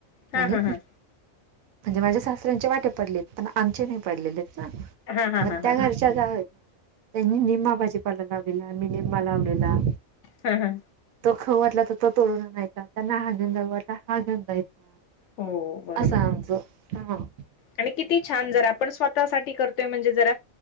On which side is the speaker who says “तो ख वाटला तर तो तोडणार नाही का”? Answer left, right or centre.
Right